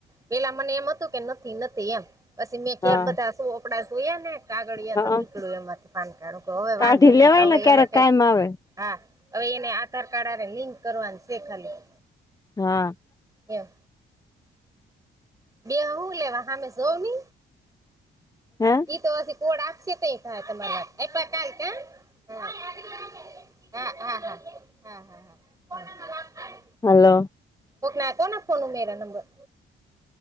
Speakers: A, on the right; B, on the left.
A: પેલા મને એમ હતું કે નથી નથી એમ પછી મેં ઘેર
B: હા
A: બધા ચોપડા જોયા ને કાગળયા
B: હા
A: તો નીકળ્યું એમાંથી પાનકારું હવે
B: કાઢી
A: વાંધો નહી
B: લેવાય
A: હવે
B: ને ક્યારેક
A: એને કાઈ
B: કાયમ આવે
A: હા હવે એને આધાર કાર્ડ અને લિંક કરવાનું શેખાલી
B: હા.
A: એમ બે હું લેવા હામે જોવ ને
B: હા.
A: ઈ તો હછી કોડ આપશે તયે થાહે તમારી વાત આયપા કાલ કા હા હા હા હા હા હા
B: હલો
A: કોક ના કોના ફોન ઉમેર્યા નંબર